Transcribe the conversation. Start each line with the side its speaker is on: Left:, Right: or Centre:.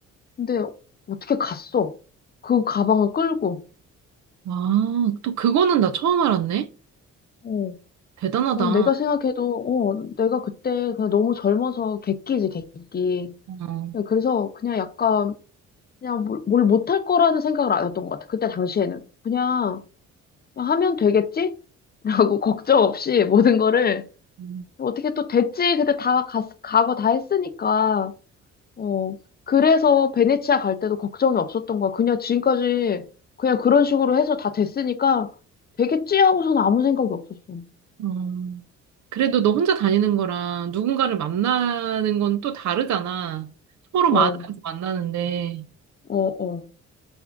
Left: 근데 어떻게 갔어? 그 가방을 끌고.
Right: 아, 또 그거는 나 처음 알았네.
Left: 어,
Right: 대단하다.
Left: 난 내가 생각해도 어, 내가 그때 그냥 너무 젊어서 객기지, 객기.
Right: 어.
Left: 그래서 그냥 약간 그냥 뭘, 뭘 못할 거라는 생각을 안 했던 것 같아. 그때 당시에는. 그냥 그냥 하면 되겠지? 라고 <laughs> 걱정 없이 모든 거를
Right: 음.
Left: 어떻게 또 됐지? 근데 다 가, 가고 다 했으니까. 어. 그래서 베네치아 갈 때도 걱정이 없었던 거야. 그냥 지금까지 그냥 그런 식으로 해서 다 됐으니까 되겠지 하고서는 아무 생각이 없었어.
Right: 음. 그래도 너 혼자 다니는 거랑 누군가를 만나는 건 또 다르잖아. 서로
Left: 어,
Right: 맞아서 만나는데.
Left: 어, 어.